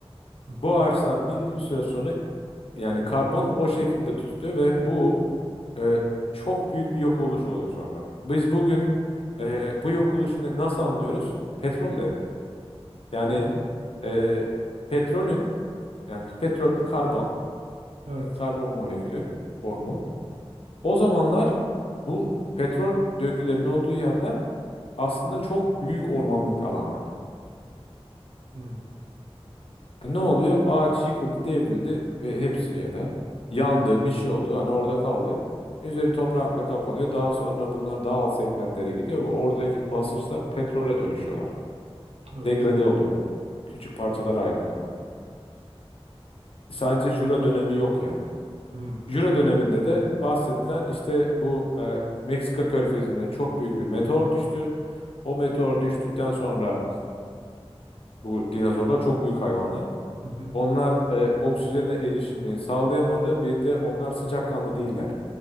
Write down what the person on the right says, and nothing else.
hı, hı,
hı.
Evet.
Hı,
evet.
Hı,
hı, hı,